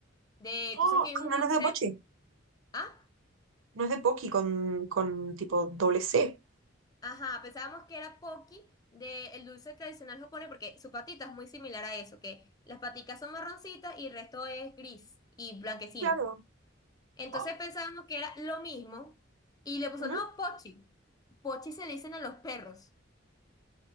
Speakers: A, on the left (about 20°); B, on the right (about 80°).
A: de,
B: Oh,
A: tú sabes que hay un
B: ah, no,
A: dulce,
B: no es de Pochi,
A: ¿ah?
B: no es de Poki con, con tipo doble C.
A: Ajá, pensábamos que era Pocky del dulce tradicional japonés porque su patita es muy similar a eso, que las paticas son marroncitas y el resto es gris y blanquecino.
B: Claro.
A: Entonces
B: Oh,
A: pensábamos que era lo mismo y le puso,
B: ujú.
A: no, Pochi. Pochi se le dicen a los perros.